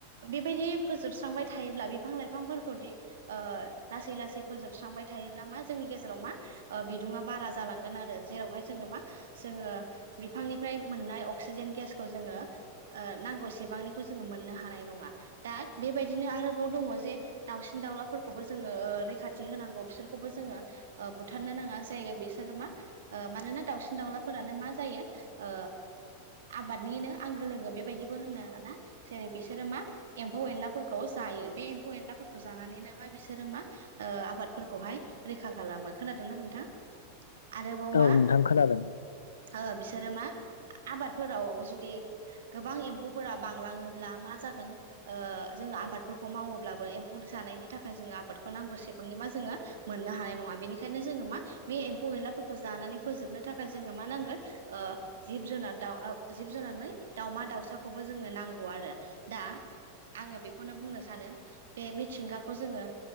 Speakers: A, on the right; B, on the left.
A: बेबायदि फोजोबस्रांबाय थायोब्ला बिफां- लाइफांफोरखौ दि ओ लासै लासै फोजोब स्रांबाय थायोब्ला मा जोंनि गेजेराव मा ओ बिदुङा बारा जालांगोन आरो जेरावहाय जोङो मा जोङो ओ बिफांनिफ्राय मोननाय अक्सिजेन गेसखौ जोङो ओ नांगौ सेबांनिखौ जोङो मोननो हा नाय नङा दा बेबायदिनो आरोबाव दङ' जे दाउसिन दाउलाफोरखौबो जोङो ओ रैखाथ थि होनांगौ बिसोरखौबो जोङो ओ बुथारनो नाङा जायो बिसोर मा ओ मानोना दाउसिन दाउलाफोर फोरानो मा जायो ओ आबादनिनो आंगो लोगो बेबायदिबो होनो ना जेरै बिसोरो मा एम्फौ -एनलाफोरखौ ज जायो बे एम्फौ -एनलाफोरखौ जानानैनो मा बिसोरो मा ओ आबादफोरखौहाय रैखा खालामो खोनादोंना नोंथां आरोबाव
B: औ
A: मा
B: नोंथां खोनादों
A: ओ बिसोरो मा आबादफोराव जुदि गोबां एम्फौफोरा बांलाङोब्ला मा जागोन ओ जों ओ आबादफोरखौ मावोब्लाबो एम्फौ जानायनि थाखाय जोङो आबादखौ नांगौ सिब बांनि मा जोङो मोननो हानाय नङा बेनिखायनो जोङो मा बे एम्फौ- एनलाफोरखौ जानानै फोजोबनो थाखाय जोंङो मा नांगोन ओ जिब- जुनार दाउ ओ जिब- जुनार माने दावसा-दाउसाखौबो जोंनो नांगौ आरो दा आङो बेखौनो बुंनो सानो बे मिथिंगाखौ जोङो